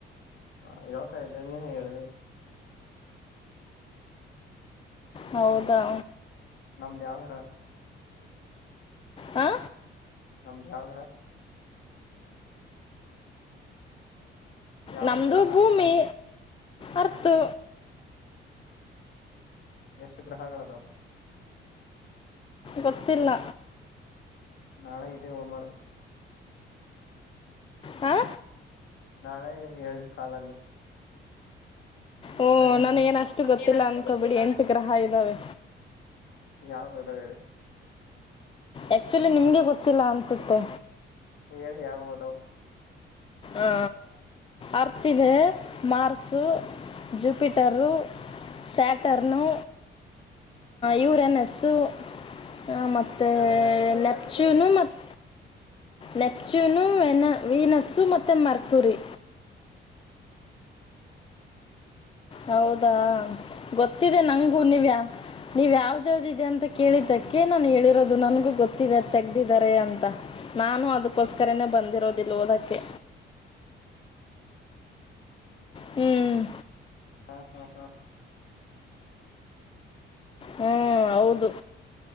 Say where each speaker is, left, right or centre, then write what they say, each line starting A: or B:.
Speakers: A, on the left (about 70°); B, on the left (about 25°).
A: ಹಾ ಹೇಳ್ತಾ ಇದ್ದೆ ನೀನೆ ಹೇಳ್ದೆ.
B: ಹೌದಾ
A: ನಮ್ದ್ ಯಾವ್ ಗ್ರಹ.
B: ಹಾ
A: ನಮ್ದ್ ಯಾವ್ ಗ್ರಹ. ಯಾವ
B: ನಮ್ದು
A: ಗ್ರಹ
B: ಭೂಮಿ ಅರ್ತು.
A: ಎಷ್ಟ್ ಗ್ರಹಗಳ್ ಅದಾವ್.
B: ಗೊತ್ತಿಲ್ಲ.
A: ನಾಳೆ ಇದೆ ಹೋಮರ್ಕು.
B: ಹಾ
A: ನಾಳೆ ಹೇಳಿ ಕಾಲಲ್ಲಿ.
B: ಓ
A: ಸರಿನಾ
B: ನನ್ಗ್ ಏನಷ್ಟು ಗೊತ್ತಿಲ್ಲ
A: ಏನ್ ಅಷ್ಟು
B: ಅನ್ಕೊಬೆಡಿ
A: ಗೊತ್ತಿಲ್ಲ
B: ಎಂಟ್ ಗ್ರಹ ಇದ್ದಾವೆ.
A: ಯಾವ್ ಗ್ರಹ ಹೇಳಿ.
B: ಆ್ಯಕ್ಚುಲಿ ನಿಮ್ಗೆ ಗೊತ್ತಿಲ್ಲ ಅನ್ಸುತ್ತೆ.
A: ಹೇಳಿ ಯಾವ್ ಅದಾವ್.
B: ಅ ಅರ್ತ್ ಇದೆ ಮಾರ್ಸು ಜುಪಿಟರ್ರು. ಸ್ಯಾಟರ್ನು ಯುರೆನಸ್ಸು ಮ ಮತ್ತೆ
A: ದೇವ್ರನ್ನ
B: ಏ
A: ತಗದ
B: ನೆಪ್ಚುನು
A: ಹಾಕಿದಾರ
B: ಮತ್ ನೆಪ್ಚೂನು ವೆನ ವೀನಸ್ಸು ಮತ್ತೆ ಮರ್ಕುರಿ. ಹೌದಾ ಗೊತ್ತಿದೆ ನಂಗು ನೀವ್ಯಾ ನೀವ್ ಯಾವ್ದ್ಯಾವ್ದ್ ಇದೆ ಅಂತ ಕೇಳಿದ್ದಕ್ಕೆ ನಾನು ಹೇಳಿರೋದು ನನ್ಗೂ ಗೊತ್ತಿದೆ ತೆಗ್ದಿದಿದ್ದಾರೆ ಅಂತ. ನಾನು ಅದಕ್ಕೋಸ್ಕರನೆೇ ಬಂದಿರೋದಿಲ್ಲ್ ಓದಕ್ಕೆ. ಹ್ಮ್
A: ಹಾ ಹಾ ಹಾ.
B: ಹ್ಮ್ ಹೌದು.